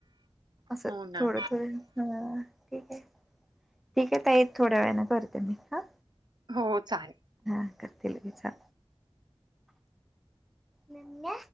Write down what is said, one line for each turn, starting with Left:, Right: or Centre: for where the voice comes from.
Centre: असं
Right: हो ना
Centre: थोडं थोडे हा ठीक आहे ठीक आहे ताई थोड्या वेळाने करते मी हा.
Right: हो चालेल.
Centre: हा करते लगेच हा. मम्म्या